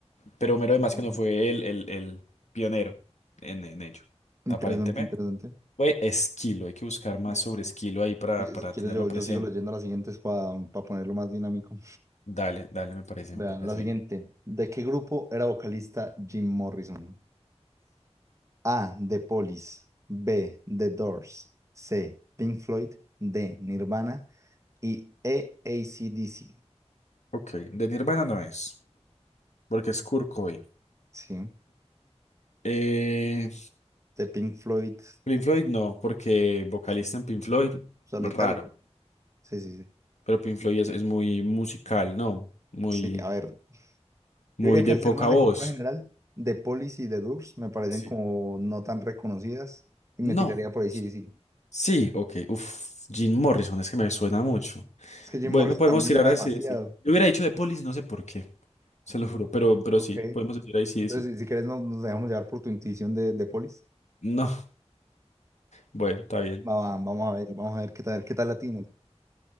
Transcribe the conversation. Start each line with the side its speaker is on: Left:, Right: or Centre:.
Left: Pero Homero,
Right: Interesante,
Left: además, que no fue el, el, el pionero en en ello,
Right: interesante.
Left: aparentemente.
Right: interesante.
Left: Fue Esquilo, hay que buscar más
Right: Sí,
Left: sobre
Right: sí,
Left: Esquilo
Right: sí.
Left: ahí para,
Right: Si
Left: para
Right: si quieres,
Left: tenerlo
Right: yo,
Left: presente.
Right: yo sigo leyendo las siguientes para ponerlo más dinámico.
Left: Dale, dale, me parece,
Right: Vean,
Left: me parece
Right: la siguiente.
Left: bien.
Right: ¿De qué grupo era vocalista Jim Morrison? A. The Police. B. The Doors. C. Pink Floyd. D. Nirvana. Y E. AC/DC.
Left: Ok, de Nirvana no es, porque es Kurt Cobain.
Right: Sí.
Left: Eh,
Right: De Pink Floyd.
Left: Pink
Right: ta-
Left: Floyd no, porque vocalista
Right: es un
Left: en Pink Floyd,
Right: Solitario.
Left: raro,
Right: ¿no? Sí, sí, sí.
Left: pero Pink Floyd es, es muy musical, ¿no? Muy,
Right: Sí, a ver.
Left: muy
Right: Yo diría
Left: de
Right: que al
Left: poca
Right: ser más de
Left: voz.
Right: cultura general, The Police y The Doors me parecen
Left: Sí.
Right: como no tan reconocidas y
Left: No,
Right: me tiraría por AC/DC.
Left: sí, ok, Uf, Jim Morrison, es que me suena mucho.
Right: Es que Jim
Left: Bueno,
Right: Morrison
Left: podemos
Right: también
Left: tirar
Right: suena
Left: así,
Right: demasiado.
Left: sí. Yo hubiera dicho de Police, no sé por qué, se lo juro, pero, pero
Right: Ok.
Left: sí, podemos decir ahí sí,
Right: Entonces,
Left: sí.
Right: si, si quieres, nos, nos dejamos llevar por tu intuición de, de Polis.
Left: No. Bueno, está bien.
Right: Va, va, vamos a ver, vamos a ver qué tal, qué tal latinos.